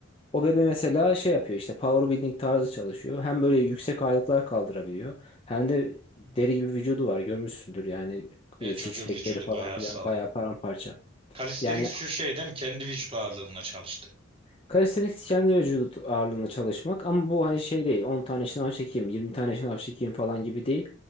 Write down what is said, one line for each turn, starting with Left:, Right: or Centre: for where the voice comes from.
Left: O bebe mesela şey yapıyor işte power building tarzı çalışıyor. Hem böyle yüksek ağırlıklar kaldırabiliyor. Hem de deri gibi vücudu var görmüşsündür yani
Right: E
Left: e,
Right: çocuğun
Left: six pack'leri
Right: vücudu
Left: falan
Right: bayağı
Left: filan
Right: sağlam.
Left: bayağı paramparça.
Right: Calisthenics
Left: Yani
Right: şu şey değil mi? Kendi vücut ağırlığınla çalıştın.
Left: kalistenik kendi vücut ağırlığına çalışmak ama bu hani şey değil 10 tane şınav çekeyim 20 tane şınav çekeyim falan gibi değil.